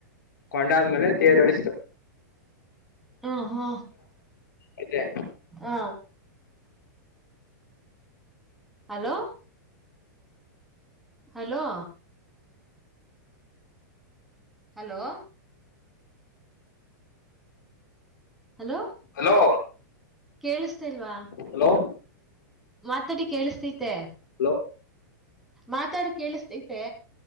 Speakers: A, on the left; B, in the centre.
A: ಕೊಂಡಾದ್ಮೇಲೆ ತೇರ್ಳಿಸತ
B: ಹ ಹಾ
A: ಅದಾ
B: ಹಾ hello hello hello hello
A: hello
B: ಕೇಳಿಸತಲ್ವಾ
A: ಹಲೋ
B: ಮಾತಾಡಿ ಕೇಳಿಸತೈತೆ
A: ಹಲೋ
B: ಮಾತಾಡಿ ಕೇಳಿಸತ ಐತೆ